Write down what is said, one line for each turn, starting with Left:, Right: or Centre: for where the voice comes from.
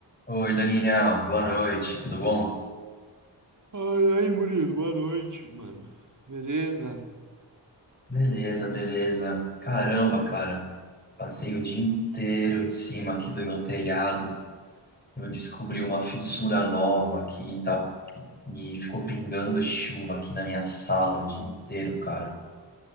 Left: Oi, Daniel, boa noite, tudo bom?
Right: Ai, ai, Murilo, boa noite, mano. Beleza?
Left: Beleza, beleza. Caramba, cara, passei o dia inteiro em cima aqui do meu telhado. Eu descobri uma fissura nova aqui, tá? E ficou pingando chuva aqui na minha sala o dia inteiro, cara.